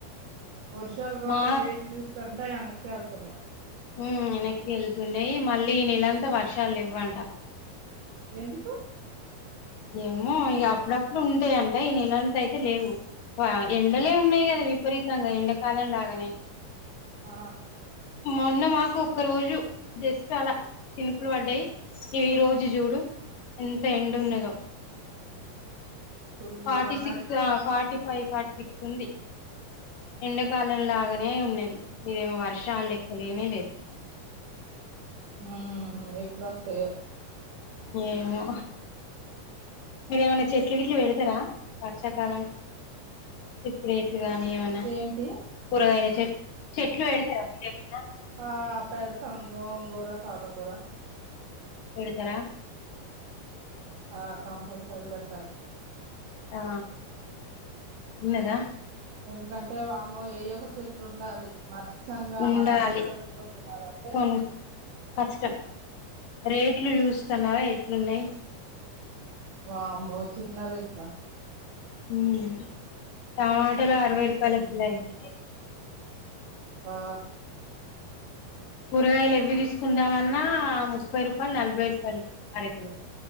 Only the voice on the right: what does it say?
వరుషాల కోసం
వేచి చూస్తారు ఎండకి ఎనక ఎళ్తున్నాయి
ఎందుకు
ఆ
ఫుల్లుగా
ఉన్నది
ఉహు ఎప్పుడుస్తాయో
ఏంటి
ఆ పెడతం గొంగూర, తోట కూర
ఆ కంపల్సరీ పెట్టాల
ఎందుకంటే వామ్మో ఏయో ఒక చెట్లు ఉండాలి మ స్చ్చంగా
మనం అన్ని కొనుక్కొని తినాలంటే
ఆ
వామ్మో చిన్న రేట్లా
మ్మ్
ఆ